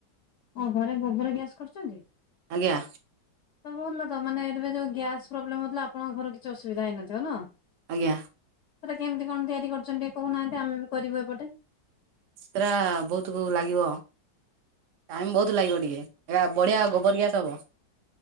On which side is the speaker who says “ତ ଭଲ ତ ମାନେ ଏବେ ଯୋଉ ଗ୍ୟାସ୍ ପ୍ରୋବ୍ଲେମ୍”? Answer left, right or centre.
Left